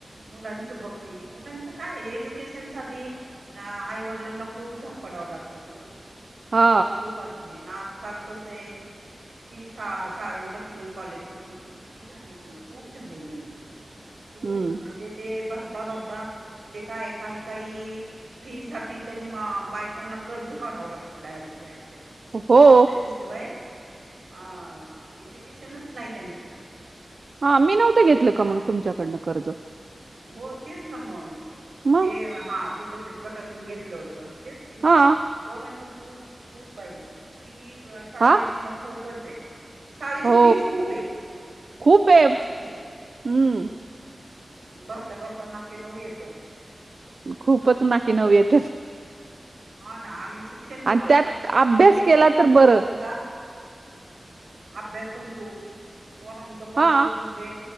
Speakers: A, on the right (about 75°); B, on the right (about 60°).
A: मुलांचं बघती मुलांचं. काय एज्युकेशन साठी आईवडिलांना खूप धडपडावं लागतं ग. धडपड
B: हा
A: खूप असते आणि आजकाल कस आहे. फी शा शाळेच्या फी कॉलेजची फी किती ती झालेली खूप झालेली आहे खूप
B: हम्म
A: म्हणजे ते भरता भरता ते काय काही काही फी साठी तर बायकांना कर्ज काढावं लागतं डायरेक्टली अक्षरशः
B: हो.
A: च्या शिवाय. अ एज्युकेशनच नाही त्यांनच.
B: हा मी नव्हतं घेतलं का मग तुमच्याकडनं कर्ज.
A: हो तेच ना मग.
B: मग
A: ते हा तू बचत गटातून घेतलं होतं तेच की मग.
B: हा
A: पोरांचं खूप खूप बाई फी शाळेचीना
B: हा
A: खूपच आहे. शाळेची
B: हो
A: फीज खूप आहे
B: खूप
A: खूपच
B: आहे
A: फी आहे.
B: हम्म
A: भरता भरता नाकी नऊ येतं.
B: खूपच नाकी नऊ येतेच.
A: ह ना आणि शिक्षण पण
B: आणि
A: तसं
B: त्यात
A: मुलांनी
B: अभ्यास केला
A: कष्ट
B: तर
A: करून
B: बरं
A: सुद्धा अभ्यास पण खूप पोरांच पण
B: हा
A: खूप म्हणजे